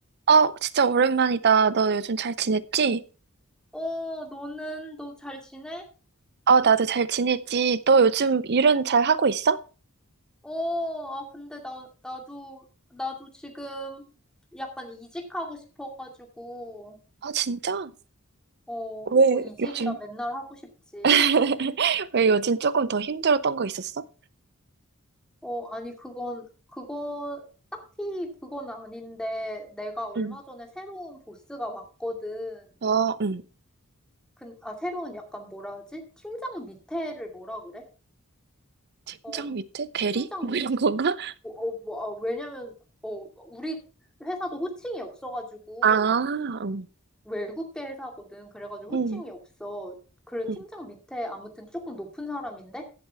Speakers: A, on the right (about 50°); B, in the centre.
A: 어, 진짜 오랜만이다. 너 요즘 잘 지냈지?
B: 어, 너는, 너 잘 지내?
A: 어, 나도 잘 지냈지. 너 요즘 일은 잘 하고 있어?
B: 어, 아, 근데 나, 나도, 나도 지금 약간 이직하고 싶어가지고,
A: 아, 진짜?
B: 어,
A: 왜
B: 뭐 이직이야
A: 요즘,
B: 맨날 하고 싶지.
A: <laughs> 왜 요즘 조금 더 힘들었던 거 있었어?
B: 어, 아니, 그건, 그건, 딱히 그건 아닌데, 내가 얼마
A: 응.
B: 전에 새로운 보스가 왔거든.
A: 어, 응.
B: 근, 아, 새로운 약간 뭐라 하지? 팀장 밑에를 뭐라 그래? 어,
A: 현장 밑에? 대리?
B: 팀장
A: <laughs> 뭐
B: 밑,
A: 이런 건가?
B: 어, 어, 뭐, 어, 왜냐면, 어, 우리 회사도 호칭이 없어가지고,
A: 아, 응.
B: 외국계 회사거든. 그래가지고 호칭이
A: 응,
B: 없어. 그래 팀장
A: 응,
B: 밑에 아무튼 조금 높은 사람인데